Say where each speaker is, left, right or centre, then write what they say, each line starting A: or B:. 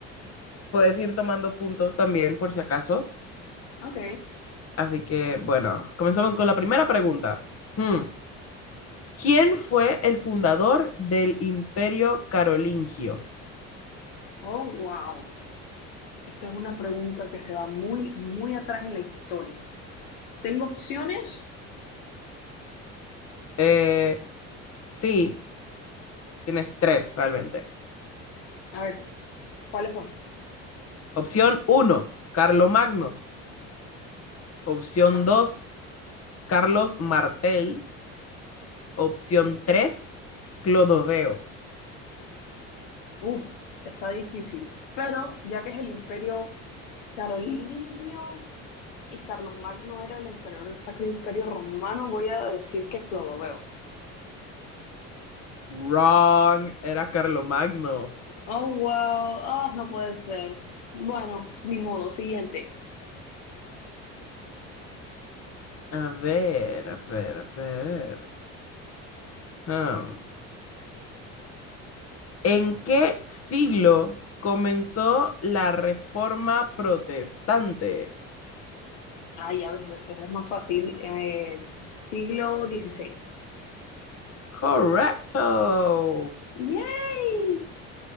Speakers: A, on the left; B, on the left.
A: puedes ir tomando puntos también por si acaso.
B: Ok.
A: Así que, bueno, comenzamos con la primera pregunta. Hmm, ¿Quién fue el fundador del Imperio Carolingio?
B: Oh, wow. Esta es una pregunta que se va muy, muy atrás en la historia. Tengo opciones.
A: Eh, sí, tienes tres realmente.
B: A ver, ¿cuáles son?
A: Opción 1, Carlomagno. Opción
B: Ah,
A: 2, Carlos Martel. Opción 3, Clodoveo.
B: uf, está difícil. Pero ya que es el imperio carolingio y Carlomagno era el emperador del Sacro Imperio Romano, voy a decir que Clodoveo.
A: Wrong, era Carlomagno.
B: Oh, wow. Ah, no puede ser. Bueno, ni modo. Siguiente.
A: A ver, a ver, a ver. Am, ¿En qué siglo comenzó la reforma protestante?
B: Ay, a veces eso es más fácil. Eh, siglo XVI.
A: Correcto.
B: ¡Yay!